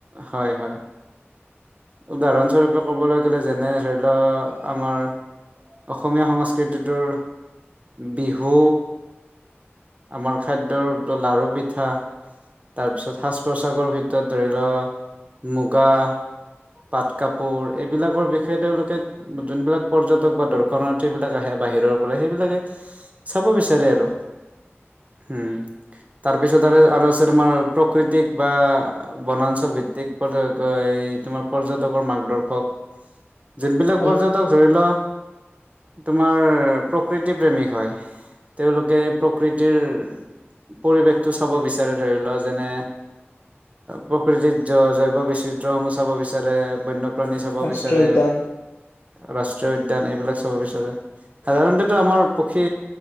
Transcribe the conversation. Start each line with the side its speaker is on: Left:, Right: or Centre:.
Right: হয় হয় উদাহৰণস্বৰূপে ক'বলৈ গ'লে যেনে- ধৰিল আমাৰ অসমীয়া সংস্কৃতিটোৰ বিহু আমাৰ খাদ্যৰ লাৰু পিঠা তাৰপিছত সাজ পোছাকৰ ভিতৰত ধৰিল মুগা পাট কাপোৰ এইবিলাকৰ বিষয়ে সে তেওঁলোকে যোনবিলাক পৰ্য্যটক বা দৰ্শনাৰ্থী বিলাক আহে বাহিৰ। বাহিৰপৰা সেইবিলাকে চা চাব বিচাৰে আৰু উম তাৰপিছত আৰু আৰু আছে তোমাৰ প্ৰকৃতিক বা বনাঞ্চল ভিত্তিক পদৰ গায়ী তোমাৰ পৰ্যটকৰ মাৰ্গ দৰ্শক। যোনবিলাক
Left: হয়
Right: পৰ্য্যটক‌‌ ধৰি ল তোমাৰ প্ৰকৃতি প্ৰেমিক হয় তেওঁলোকে প্ৰকৃতিৰ পৰিৱেশটো চাব বিচাৰে, ধৰি লোৱা যেনে প্ৰকৃতিত জৈৱ বিচিত্ৰ সমূহ চাব বিচাৰে বন্য প্ৰাণী চাব
Left: ৰাষ্ট্ৰীয়
Right: বিচাৰে।
Left: উদ্যান
Right: ৰাষ্ট্ৰীয় উদ্যান এইবিলাক চাব বিচাৰে সাধাৰণতেটো আমাৰ পক্ষী,